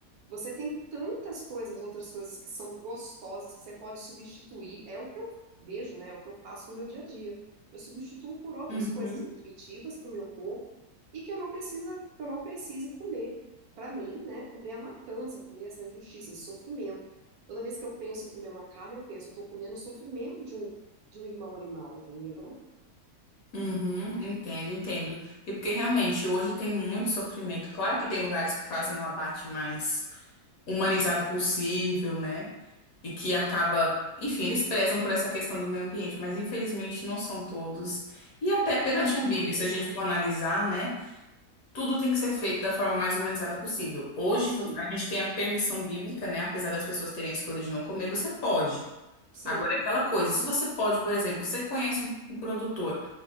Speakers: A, on the right; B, on the left.
A: você tem tantas coisas, outras coisas que são gostosas que você pode substituir. É o que eu vejo, né? É o que eu faço no meu dia a dia. Eu substituo por outras
B: Uhum.
A: coisas nutritivas para o meu corpo e que eu não precisa, que eu não precise comer. Para mim, né? Comer a matança, comer essa injustiça, esse sofrimento. Toda vez que eu penso em comer uma carne, eu penso, eu estou comendo o sofrimento de um de um irmão animal, entendeu?
B: Uhum, entendo, entendo. E porque realmente hoje tem muito sofrimento. Claro que tem lugares que fazem um abate mais humanizado possível, né? E que acaba, enfim, eles prezam por essa questão do meio ambiente, mas infelizmente não são todos. E até perante
A: A grande
B: a Bíblia, se a
A: maioria.
B: gente for analisar, né? Tudo tem que ser feito da forma mais humanizada possível. Hoje,
A: Sim,
B: vo- a gente tem a permissão bíblica, né? Apesar das pessoas terem a escolha de não comer, você pode.
A: sim,
B: Agora, é aquela coisa, se você pode, por exemplo, você conhece um, um produtor,